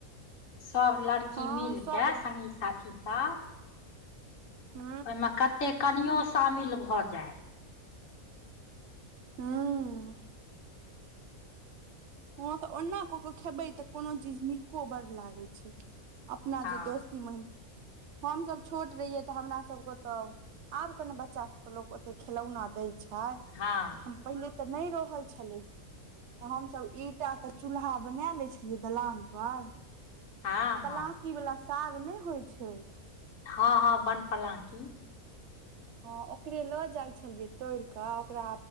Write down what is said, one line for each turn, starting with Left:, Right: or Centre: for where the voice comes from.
Left: सभ लड़की
Right: हँ
Left: मिल
Right: सब
Left: कऽ सङ्गी साथीसभ
Right: हूँ
Left: ओहिमे कते कनियो शामिल भऽ जाय
Right: हँ ह तऽ ओना कऽ केऽ खेबै तऽ कोनो चीज नीको बड़ लागै छै अपना
Left: हँ
Right: जे दोस्ती महिम हमसभ छोट रहियै तऽ हमर सभके तऽ आब कने बच्चा सब के लोको ओते खेलौना दै छै छै
Left: हँ
Right: हम पहिले तऽ नहि रहै छलै त हमसभ ईटा के चूल्हा बना ले छलियै दलान पर
Left: हँ
Right: पता
Left: हँ
Right: की वला साग नहि होइ छै
Left: हँ हँ बनपलाकी
Right: ह ओकरे लऽ जाइ छलियै तोड़ कऽ ओकरा